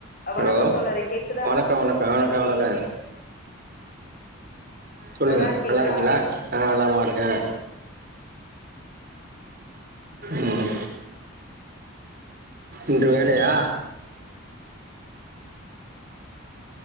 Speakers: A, on the left; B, on the right.
A: அ வணக்கம்
B: hello
A: தோழரே கேக்குதா
B: வணக்கோ வணக்கோ வணக்கோ வணக்கோ சொல்லுங்க
A: நல்லா இருக்கீங்களா
B: நல்லாருக்கீங்களா நா நலமா இருக்கே ம் இன்று வேலையா